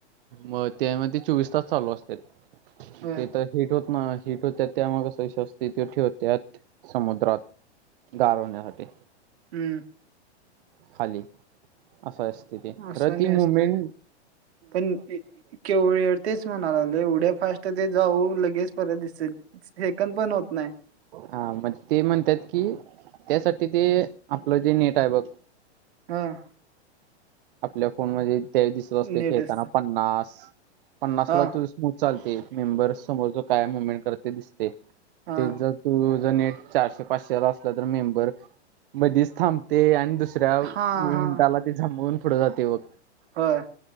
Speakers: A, on the right; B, on the right.
A: मग त्या मध्ये चोवीस तास चालू असत्यात
B: होय.
A: ते तर हिट होत. हा हिट होत्या त्यामुळं कसं शक्यतो ठेवत्यात समुद्रात. गार होण्यासाठी.
B: हम्म
A: खाली असं असतय ते
B: असं
A: खरं ती
B: नाही असते.
A: मुमेंट.
B: पण केवळ तेच म्हणा लागलोय एवढ्या फास्ट ते जाऊ लगेच परत दिसल. सेकंद पण होत नाही.
A: हा म ते म्हणत्यात की त्यासाठी ते आपलं जे नेट आहे बघ.
B: हां
A: आपल्या फोन मधे त्यावेळी दिसत असतय
B: नीट
A: खेळताना
B: असते.
A: पन्नास. पन्नास
B: हां,
A: ला तुज स्मूथ चालतय मेंबर समोरच काय मुव्हमेंट करतय दिसतय.
B: हां.
A: ते जर तू ज नेट चारशे, पाचशे ला असलं तर मेंबर मधीच थांबतय आणि दुस दुसऱ्या मी
B: हां, हां.
A: मिनंटाला ते झापुन पुढे जाते बघ.
B: होय.